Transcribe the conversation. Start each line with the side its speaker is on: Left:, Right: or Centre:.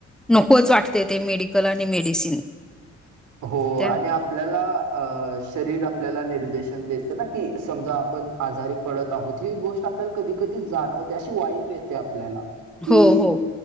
Centre: नकोच वाटते ते मेडिकल आणि मेडिसिन.
Right: हो
Centre: त्या
Right: आणि आप - आपल्याला अ शरीर आपल्याला निर्देशन देत ना कि समजा आपण- आजारी पडत आहोत ही गोष्ट आपल्याला कधी कधी जाणवते, अशी वाईब येते आपल्याला कि
Centre: हो हो.